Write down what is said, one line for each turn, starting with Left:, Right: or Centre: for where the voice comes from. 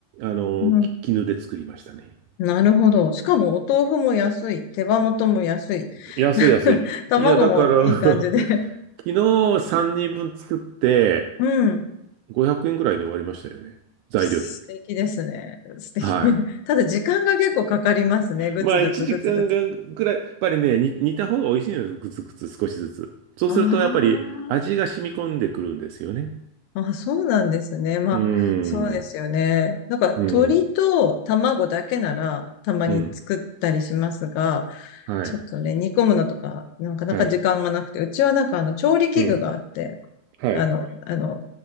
Right: のーき絹で作りましたね。
Left: うん。なるほど。しかも、お豆腐も安い。手羽元も安い。
Right: 安い安い。
Left: <laughs> 卵もいい感じで。
Right: いや、だから <laughs> 昨日3人分作って
Left: うん。
Right: 500円ぐらいで終わりましたよね。材料費。
Left: 素敵ですね。素敵。
Right: はい。
Left: <laughs> ただ時間が結構かかりますね。ぐつぐつぐつぐつ。
Right: まあ、1時間がぐらい、やっぱりね、煮煮た方が美味しいのです。グツグツ少しずつ。そうすると、
Left: あ
Right: やっぱり味が染み込んでくるんですよね。
Left: あ、あ、そうなんですね。まあ、
Right: うー
Left: そうですよね。
Right: ん、
Left: なんか鶏と卵だけならたまに作ったりしますが、
Right: うん、うん、はい、
Left: ちょっとね、煮込むのとか、なかなか時間がなくて、
Right: はい、
Left: うちはなんかあの調理器具があって、
Right: うん、はい、
Left: あの、あの、